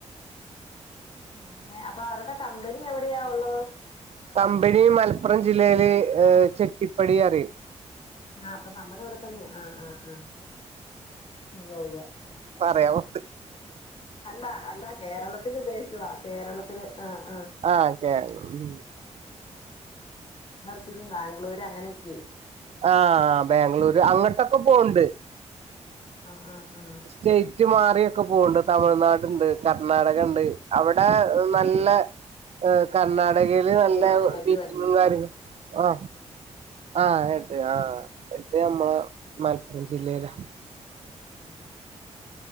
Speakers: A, on the left; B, on the right.
A: അങ്ങനെ അപ്പൊ അവര്ടെ കമ്പനി എവടെയാ ഉള്ളത്.
B: കമ്പനി മലപ്പുറം ജില്ലയില് ഏഹ് ചിട്ടിപ്പടി റിം
A: ആഹ് അപ്പൊ നമ്മടെ ഇവടെ തന്നെ ആഹ് ആഹ് ആഹ് ഉവ്വ ഉവ്വ
B: പറയാമോ
A: ഉം അല്ല അല്ല കേരളത്തിലുദ്ദേശ് ചതാ കേരളത്തില് ആഹ് ആഹ്
B: ആഹ് ഓക്കെ ഉം
A: ഞാൻത്തന്ന് ബാംഗ്ലൂര് അങ്ങനെയൊക്കെ
B: ആഹ ബാംഗ്ലൂര് അങ്ങട്ടൊക്കെ പോണുണ്ട്
A: ആ ആഹ് ആഹ
B: സ്റ്റേറ്റ് മാറിയൊക്കെ പോവണ്ട് തമിഴ്നാട് ഉണ്ട് കർണാടക ഉണ്ട് അവിടെ നല്ല ഹ് കർണാടകയി യിനല്ല
A: ബാംഗ്ലൂരല്ലേ ഹെഡ്
B: മീറ്റിങ്ങും
A: വന്നത്
B: കാര്യങ്ങളും ആ ആ കേട്ടെ ആ എന്റെ അമ്മ മലപ്പുറം ജില്ലയിലാ
A: ഉം